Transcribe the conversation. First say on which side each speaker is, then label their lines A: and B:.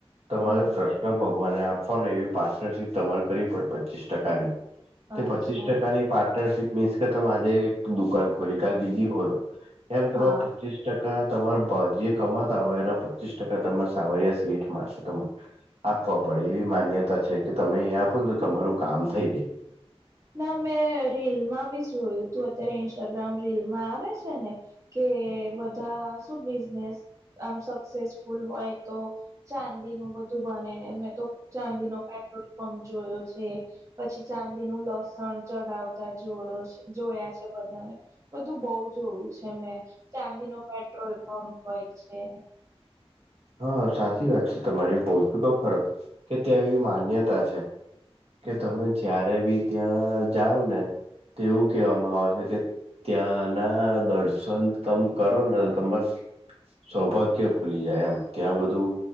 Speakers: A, on the right (about 70°); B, on the right (about 30°).
A: તમારો
B: હા
A: ત ભગવાને આપવાનું એવી પાર્ટનરશીપ તમારે કરવી પડે પચીસ ટકાની તે પચીસ
B: અચ્છા
A: ટકાની પાર્ટનરશીપ મીન્સ કે તમે આજે એક દુકાન ખોલી કાલ બીજી ખોલો એમ તમા
B: હા
A: પચીસ ટકા તમાર જે કમાતા હોય એના પચીસ ટકા તમારા સાવરિયા સેઠમાં છે. ત આપવા પડે એવી માન્યતા છે કે તમે અહીયા આપો ને તો તમારું કામ થઈ જાય
B: ના મેં રીલ માં બી જોયું તું અત્યારે ઇન્સ્ટાગ્રામ િલમાં આવે છે ને કે બધા બિઝનેસ આમ સક્સેસફુલ હોય તો ચાંદી નું બધું બને. તો ચાંદીનોો પેટ્રોલ પંપ જોયો છે. પછી ચાંદી નું લોસ સણ ચડાવતા જોયો જોયા છે. બધાને બધું બહ જોયું છે મેં. ચાંદી નો પેટ્રોલ પંપ હોય છે.
A: હા સાચી વાત છે તમારે કહ છું, તો ખરો કે ત્યાં એવી માન્યતા છે. કે
B: હમ
A: તમે
B: હમ
A: જ્યારે બી ત્યાં જાઓ ને તોવું કહેવામાં આવે છે. કે ત્યાંના દર્શન તમ કરોને તો તમાર સૌભાગ્ય ખુલી જાય એમ ત્યાં બધું.